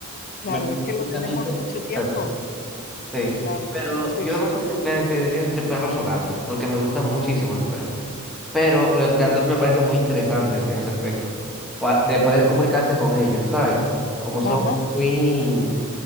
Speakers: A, on the left; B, in the centre.
A: claro,
B: Me parece,
A: es que lo
B: sinceramente,
A: tenemos mucho tiempo.
B: perfecto. Sí,
A: Claro,
B: pero
A: sí,
B: yo
A: sí.
B: no sé si me decidiría entre perros o gatos, porque me gustan muchísimo los perros. Pero los gatos me parecen muy interesantes en ese aspecto, pa- de poder comunicarse con ellos, ¿sabes? Como son
A: Ajá,
B: muy,